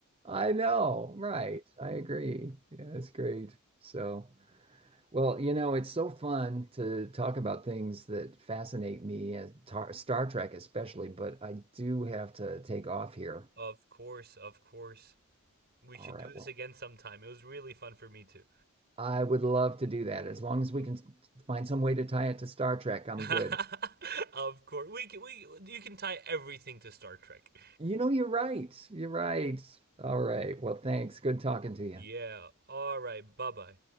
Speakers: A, on the right; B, on the right.
A: I know, right. I agree. Yeah, it's great. So, well, you know, it's so fun to talk about things that fascinate me, uh, tar Star Trek especially, but I do have to take off here.
B: Of course, of course. We should
A: All right,
B: do this
A: well,
B: again sometime. It was really fun for me too.
A: I would love to do that. As long as we can s- find some way to tie it to Star Trek, I'm
B: <laughs>
A: good.
B: of course, we can, we you can tie everything to Star Trek.
A: You know, you're right. You're right. All right. Well, thanks. Good talking to you.
B: Yeah. All right. Bye bye.